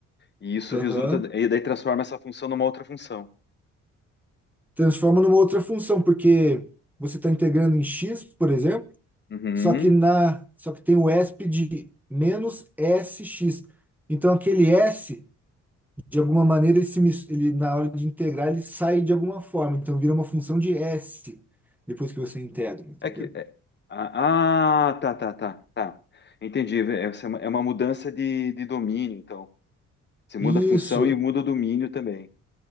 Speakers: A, on the left; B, in the centre.
A: E isso
B: Aham.
A: resulta, e daí transforma essa função numa outra função.
B: Transforma numa outra função, porque você está integrando em x, por exemplo,
A: Uhum.
B: só que na, só que tem o ESP de menos sx. Então aquele s, de alguma maneira, ele, se, mis- ele na hora de integrar, ele sai de alguma forma. Então vira uma função de s depois que você integra, entendeu?
A: É que. é- ah, ah, tá, tá, tá, tá. Entendi. É é, essa é uma é uma mudança de, de domínio, então. Você muda
B: Isso,
A: a função e muda o domínio também.